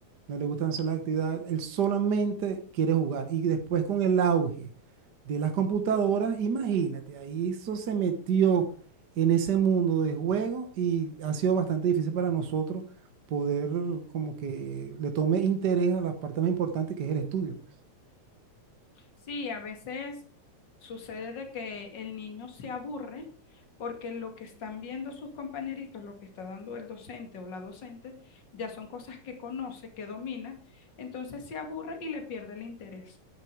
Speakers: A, on the right (about 55°); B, on the left (about 40°).
A: no le gustan hacer las actividades, él solamente quiere jugar. Y después con el auge de las computadoras, imagínate, ahí eso se metió en ese mundo de juego y ha sido bastante difícil para nosotros poder como que le tome interés a la parte más importante que es el estudio, pues.
B: Sí, a veces sucede de que el niño se aburre porque lo que están viendo sus compañeritos, lo que está dando el docente o la docente, ya son cosas que conoce, que domina, entonces se aburre y le pierde el interés.